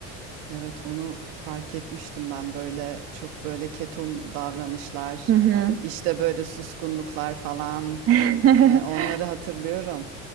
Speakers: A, on the right (about 75°); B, on the right (about 45°).
A: Evet onu fark etmiştim ben böyle çok böyle ketum davranışlar,
B: Hı hı.
A: işte böyle suskunluklar falan.
B: <laughs>
A: Yani onları hatırlıyorum.